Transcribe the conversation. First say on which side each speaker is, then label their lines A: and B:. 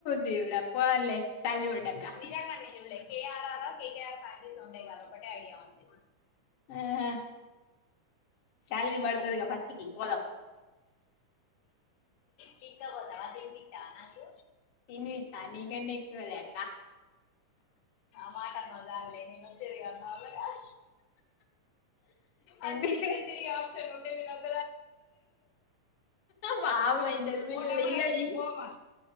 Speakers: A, on the left; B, on the left.
A: దేవుడా పోదాంలే శాలరీ పడ్డాక
B: నిజంగానే చూడాలే K R R PKR franchises ఉంటాయిగా అదొకటే అడిగాము అంతే
A: ఆహా సాలరీ
B: అట్లా
A: పడతదిగా ఫస్ట్కి పోదాం.
B: తీసుకుపోతావా తినిపిస్తావా నాకు
A: తినిపిస్తా నీకన్నా ఎక్కువలే అక్క
B: <unintelligible> అంత
A: ఎందుకే
B: ఈజీగా తిరిగే ఆప్షన్ ఉంటే వినరు.
A: వా మో ఇందర్ పిల్లల్
B: ఓ టమాటా
A: ఇగ
B: తీసుకుని
A: ఈ
B: పోమా